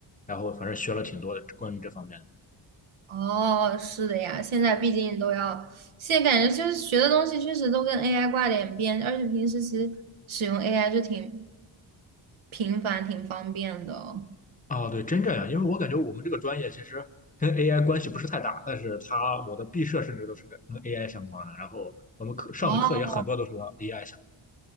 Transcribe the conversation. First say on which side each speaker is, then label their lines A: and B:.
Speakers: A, on the left (about 15°); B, on the right (about 85°).
A: 然后反正学了挺多的关于这方面的。
B: 哦，是的呀，现在毕竟都要，现在感觉就是学的东西确实都跟 AI 挂点边，而且平时其实使用 AI 就挺频繁、挺方便的哦。
A: 哦，对，真这样，因为我感觉我们这个专业其实跟 AI 关系不是太大，但是它我的毕设甚至都是跟跟 AI 相关的，然后我们课上的课也很多都是和
B: 哦
A: AI 相